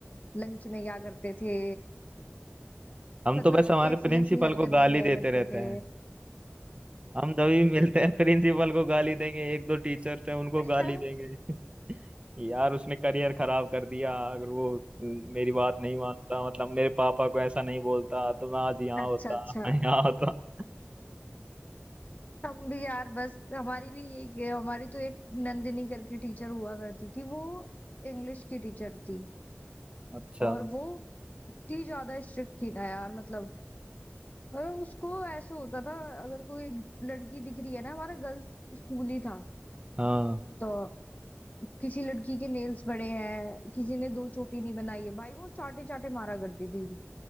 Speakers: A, on the left (about 35°); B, on the right (about 25°).
A: लंच में क्या करते थे
B: हम
A: मतलब
B: तो बस हमारे
A: कैसी
B: प्रिंसिपल
A: कैसी हरकतें
B: को गाली
A: किया
B: देते
A: करते
B: रहते
A: थे
B: हम तभी मिलते हैं प्रिंसिपल को गाली देंगे एक दो टीचर्स हैं उनको
A: <laughs>
B: गाली देंगे <laughs> यार उसने करियर खराब कर दिया अगर वो मेरी बात नहीं मानता मतलब मेरे पापा को ऐसा नहीं बोलता तो मैं आज यहाँ
A: अच्छा
B: होता
A: अच्छा
B: <laughs> मैं यहाँ होता
A: हम भी यार बस हमारी भी यही हमारी तो एक नंदिनी करके टीचर हुआ करती थी वो इंग्लिश की टीचर थी
B: अच्छा
A: और वो इतनी ज्यादा स्ट्रिक्ट थी ना यार मतलब मतलब उसको ऐसे होता था अगर कोई लड़की दिख रही है ना हमारा गर्ल्स स्कूल ही था
B: हाँ
A: तो किसी लड़की के नेल्स बड़े हैं किसी ने दो चोटी नहीं बनाई है भाई वो चाटे चाटे मारा करती थी